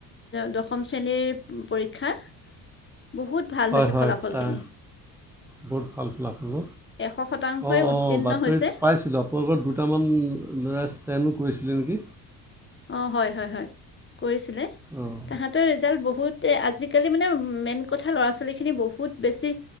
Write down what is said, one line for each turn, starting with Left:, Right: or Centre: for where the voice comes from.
Left: দশম শ্ৰেণীৰ পৰীক্ষা বহুত ভাল
Centre: হয়
Left: হৈছে
Centre: হয় হয়
Left: ফলাফলখিনি।
Centre: তাৰ বহুত ভাল ফলা ফল হ'ল
Left: এশ শতাংশই
Centre: অঁ
Left: উত্তীৰ্ণ
Centre: অঁ বাতৰিত
Left: হৈছে
Centre: পাইছিলোঁ আপো আগত দুটামান ল'ৰাই ষ্টেণ্ড কৰিছিলে নেকি।
Left: অঁ হয় হয় হয় কৰিছিলে
Centre: অঁ
Left: তাহাঁতৰ ৰিজাল্ট বহুত আজিকালি মানে মেইন কথা ল'ৰা ছোৱালীখিনি বহুত বেছি